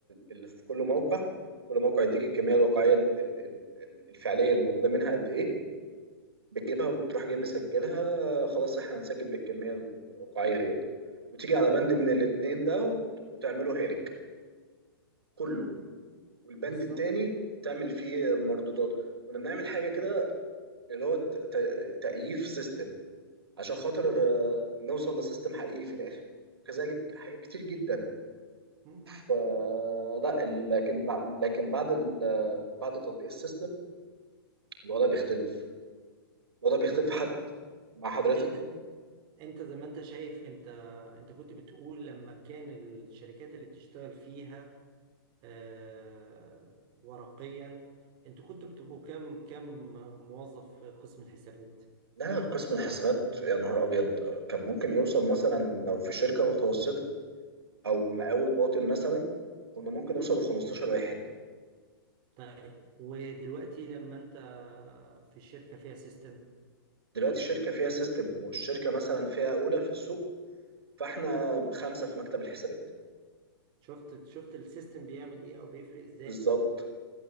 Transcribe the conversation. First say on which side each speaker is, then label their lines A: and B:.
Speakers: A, on the right; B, on the right.
A: اللي في كل موقع كل موقع يديك الكميه الواقعيه ال- ال- ال- الفعليه اللي موجوده منها قد ايه بتجيبها وبتروح جاي مسجلها خلاص احنا هنسجل بالكميه الواقعيه ديت وتيجي على بند
B: ما بالظبط
A: من الاتنين ده وت- وتعمله هالك كله
B: مهم.
A: والبند
B: بالظبط
A: التاني تعمل فيه المردودات كنا بنعمل حاجه كده اللي هو ت- ت- تأييف سيستم عشان خاطر آه، نوصل لسيستم حقيقي في الاخر وكذلك حاجات كتير جدا
B: مم.
A: فلا لكن بع- لكن بعد ال- بعد تطبيق السيستم الوضع بيختلف الوضع بيختلف
B: وانت
A: حتى مع حضرتك
B: انت انت زي ما انت شايف انت انت كنت بتقول لما كان الشركات اللي بتشتغل فيها آه، ورقيا انتوا كنتوا بتبقوا كام كام موظف في قسم الحسابات
A: لا قسم الحسابات يا نهار ابيض كان ممكن يوصل مثلا لو في شركه متوسطه او مقاول باطن مثلا كنا ممكن نوصل ل 15 واحد
B: طيب ودلوقتي لما انت في الشركة فيها سيستم
A: دلوقتي الشركه فيها سيستم والشركه مثلا فيها اولى في السوق فاحنا خمسه في مكتب الحسابات
B: شفت شفت السيستم بيعمل ايه او بيفرق ازاي
A: بالظبط